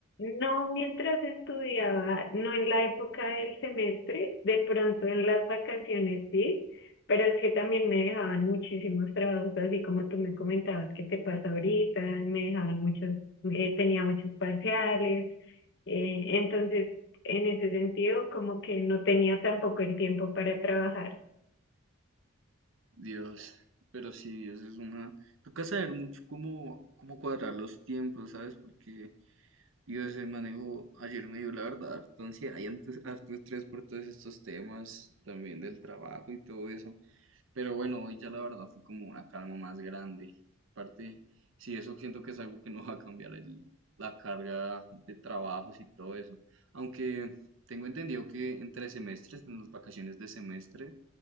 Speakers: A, on the left; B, on the right.
A: No, mientras estudiaba, no en la época del semestre, de pronto en las vacaciones sí, pero es que también me dejaban muchísimos trabajos, así como tú me comentabas que te pasa ahorita, me dejaban muchos, eh, tenía muchos parciales, eh, entonces en ese sentido como que no tenía tampoco el tiempo para trabajar.
B: Dios, pero sí, eso es una... Toca saber mucho cómo, cómo cuadrar los tiempos, ¿sabes? Porque, Dios, el manejo ayer me dio la verdad, entonces hay antes harto estrés por todos estos temas, también del trabajo y todo eso. Pero bueno, hoy ya la verdad fue como una calma más grande. Aparte, sí, eso siento que es algo que no va a cambiar el- la carga de trabajos y todo eso. Aunque tengo entendido que entre semestres, en las vacaciones de semestre,